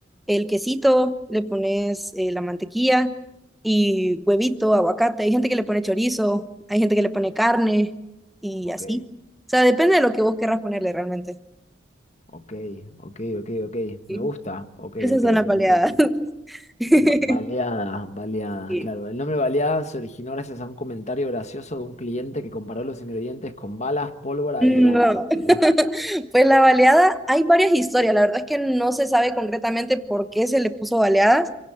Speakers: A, in the centre; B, on the left.
A: el quesito, le pones eh, la mantequilla y huevito, aguacate. Hay gente que le pone chorizo, hay gente que le pone carne y
B: ok,
A: así. O sea, depende de lo que vos querrás ponerle realmente.
B: ok, ok, ok, ok.
A: Sí,
B: Me gusta, ok,
A: Esas
B: ok,
A: son
B: entiendo.
A: las baleadas. <laughs>
B: Ba- Baleada, baleada,
A: Sí.
B: claro. El nombre baleada se originó gracias a un comentario gracioso de un cliente que comparó los ingredientes con balas, pólvora
A: No.
B: y el arma.
A: <laughs>
B: Mirá.
A: Pues la baleada, hay varias historias. La verdad es que no se sabe concretamente por qué se le puso baleadas.